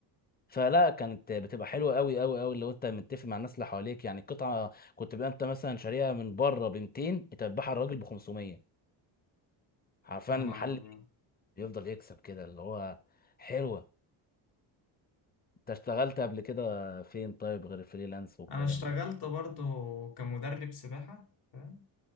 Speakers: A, on the left; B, on the left.
A: فلا كانت بتبقى حلوه قوي قوي قوي لو انت متفق مع الناس اللي حواليك يعني القطعه كنت بقى انت مثلا شاريها من بره ب 200 انت بتبيعها الراجل ب 500 عارفان
B: يا
A: المحل
B: نهار ابيض
A: يفضل يكسب كده اللي هو حلوة انت اشتغلت قبل كده فين طيب غير فريلانس والكلام
B: انا اشتغلت
A: ده
B: برضو كمدرب سباحة فاهم